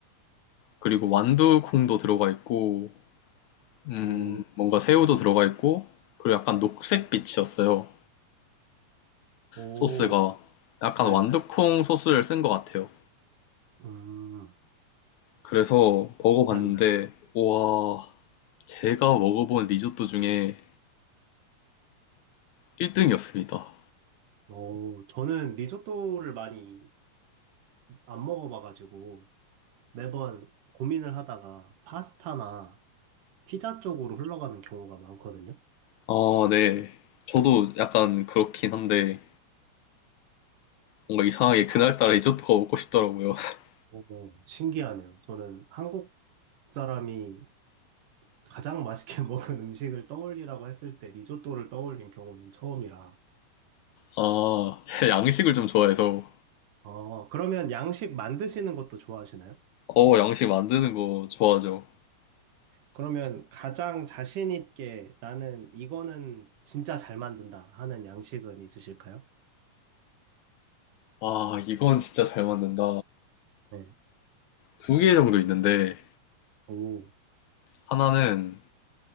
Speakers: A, on the left; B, on the right.
A: 그리고 완두콩도 들어가 있고 음
B: 오,
A: 뭔가 새우도 들어가 있고 그리고 약간 녹색빛이었어요
B: 오,
A: 소스가 약간
B: 네.
A: 완두콩 소스를 쓴 것 같아요.
B: 음,
A: 그래서 먹어봤는데,
B: 그러네요.
A: 와, 제가 먹어본 리조또 중에 1등이었습니다.
B: 오, 저는 리조또를 많이 안 먹어봐가지고 매번 고민을 하다가 파스타나 피자 쪽으로 흘러가는 경우가 많거든요.
A: 아, 네. 저도 약간 그렇긴 한데, 뭔가 이상하게 그날따라 리조또가 먹고 싶더라고요. <laughs>
B: 어, 신기하네요. 저는 한국 사람이 가장 맛있게 <laughs> 먹은 음식을 떠올리라고 했을 때 리조또를 떠올린 경우는 처음이라.
A: 아, 제가 양식을 좀 좋아해서,
B: 어, 그러면 양식 만드시는 것도 좋아하시나요?
A: 어, 양식 만드는 거 좋아하죠.
B: 그러면 가장 자신 있게 나는 이거는 진짜 잘 만든다 하는 양식은 있으실까요?
A: 아, 이건 진짜 잘 만든다.
B: 네.
A: 두 개 정도 있는데,
B: 오,
A: 하나는,